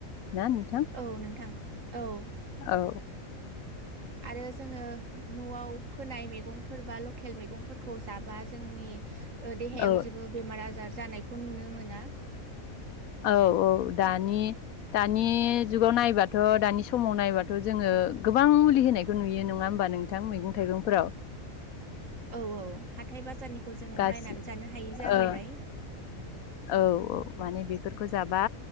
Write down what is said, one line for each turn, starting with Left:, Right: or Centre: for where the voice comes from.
Left: ना नोंथां
Right: औ नोंथां औ। ओ
Left: औ
Right: आरो जोङो न'आव फोनाय मैगंफोर बा लकेल मैगंफोरखौ जाबा जोंनि देहायाव
Left: औ
Right: जेबो बेमार आजार जानायखौ नुनो मोना।
Left: औ औ दानि दानि जुगाव नायबाथ' दानि समाव नायबाथ' जोङो गोबां मुलि होनायखौ नुयो नङा होमबा नोंथां मैगं थाइगंफोराव।
Right: औ -औ हाथाय- बाजारनि खौ जोङो
Left: गासि
Right: बायनानै जानो हायै जाहैबाय।
Left: ओ औ -औ माने बेफोरखौ जाबा